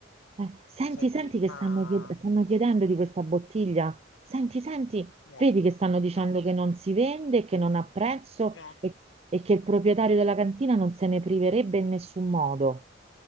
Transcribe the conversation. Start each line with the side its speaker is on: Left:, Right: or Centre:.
Right: Eh, senti,
Left: Senti,
Right: senti che
Left: ma...
Right: stanno, chied- stanno chiedendo di questa bottiglia. Senti, senti,
Left: No,
Right: vedi che stanno dicendo
Left: no,
Right: che non si vende, che non ha prezzo
Left: no.
Right: e, e che il proprietario della cantina non se ne priverebbe in nessun modo.